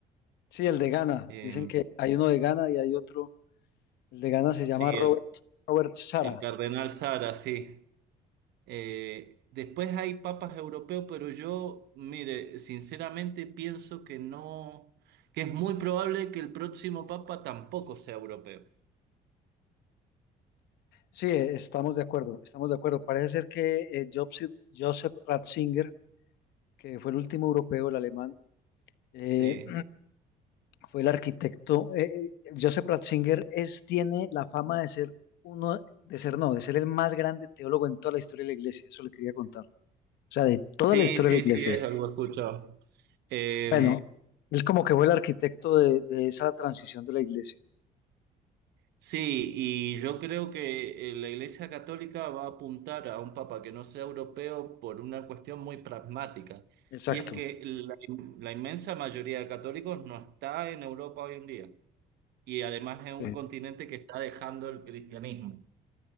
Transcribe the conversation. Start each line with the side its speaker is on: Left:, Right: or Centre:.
Left: Sí, el de Ghana.
Right: Eh,
Left: Dicen que hay uno de Ghana y hay otro. El de Ghana se llama
Right: sí,
Left: Robert,
Right: el,
Left: Robert Sara.
Right: el cardenal Sara, sí. Eh, después hay papas europeos, pero yo, mire, sinceramente pienso que no, que es muy probable que el próximo papa tampoco sea europeo.
Left: Sí, eh, estamos de acuerdo, estamos de acuerdo. Parece ser que eh, Joseph, Joseph Ratzinger, que fue el último europeo, el alemán, eh,
Right: Sí,
Left: Fue el arquitecto. eh, eh, Joseph Ratzinger es, tiene la fama de ser uno, de ser no, de ser el más grande teólogo en toda la historia de la iglesia. Eso le quería contar. O sea, de
Right: sí,
Left: toda la historia
Right: sí,
Left: de la iglesia.
Right: sí, es algo escuchado. Eh,
Left: Bueno, él como que fue el arquitecto de, de esa transición de la iglesia.
Right: sí, y yo creo que eh, la Iglesia Católica va a apuntar a un papa que no sea europeo por una cuestión muy pragmática,
Left: Exacto.
Right: y es que la la inmensa mayoría de católicos no está en Europa hoy en día. y además es
Left: Sí,
Right: un continente que está dejando el cristianismo.